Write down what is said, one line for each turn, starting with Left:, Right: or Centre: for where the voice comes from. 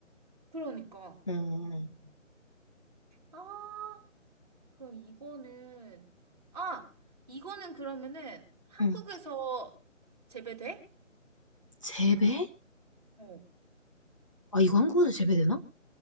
Right: 그러니까.
Left: 응, 응.
Right: 아, 그럼 이거는, 아, 이거는 그러면은 한국에서
Left: 응.
Right: 재배돼?
Left: 재배?
Right: 어.
Left: 아, 이거 한국에도 재배되나?